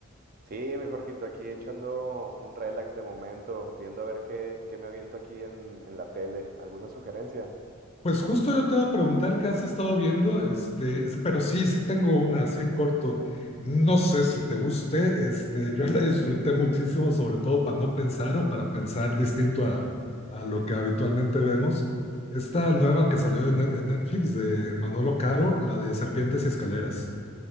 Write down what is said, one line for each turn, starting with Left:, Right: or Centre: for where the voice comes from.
Right: Sí, mi Jorgito, aquí echando un relax de momento, viendo a ver qué, qué me aviento aquí en, en la tele. ¿Alguna sugerencia?
Left: Pues justo yo te iba a preguntar qué has estado viendo, este, es- pero sí, sí tengo una así en corto. No sé si te guste, este, yo la disfruté muchísimo, sobre todo para no pensar o para pensar distinto a, a lo que habitualmente vemos. Esta nueva que salió en, Net- en Netflix de Manolo Caro, la de Serpientes y Escaleras.